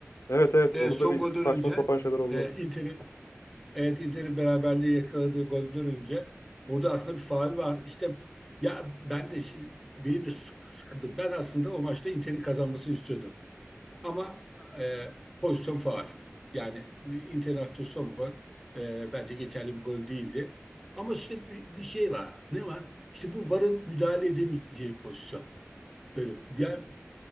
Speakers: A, on the left; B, in the centre.
A: Evet evet
B: Evet
A: orada
B: son
A: bir
B: golden
A: saçma
B: önce
A: sapan şeyler oldu.
B: e, Inter'in evet Inter'in beraberliği yakaladığı golden önce orada aslında bir faul var. İşte ya ben de şi- benim de sık- sıkıldım. Ben aslında o maçta Inter'in kazanmasını istiyordum. Ama e, pozisyon faul. Yani e, Inter'in son gol e, bence geçerli bir gol değildi. Ama işte bir, bir şey var. Ne var? İşte bu VAR'ın müdahale edemeyeceği pozisyon. Böyle yani